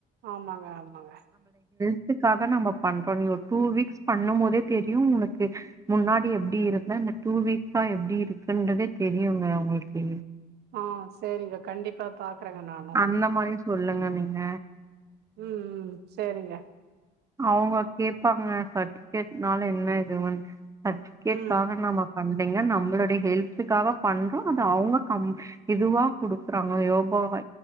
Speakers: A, on the right (about 75°); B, on the right (about 20°).
A: ஆமாங்க ஆமாங்க
B: எதுக்காக நம்ம பண்றோ நீ ஒரு டூ வீக்ஸ் பண்ணு போதே தெரியு உங்களுக்கு முன்னாடி எப்டி இருந்த இந்த டூ வீக்ஸ்சா எப்டி இருக்குன்றதே தெரியுங்க உங்களுக்கு
A: ஆ சரிங்க கண்டிப்பா பாக்குறேங்க நானு
B: அந்த மனுஷ் சொல்லுங்க நீங்க
A: ம் ம் சரிங்க
B: அவுங்க கேட்பாங்க சர்ட்டிஃபிகேட்னால என்ன இதுவன்ட் சட்ஃபிகேட்காக
A: ம்
B: நாம பண்ண இல்லங்க நம்மளுடைய ஹெல்த்தக்காக பண்றோ அது அவங்க கம் இதுவா குடுக்குறாங்க யோகாவா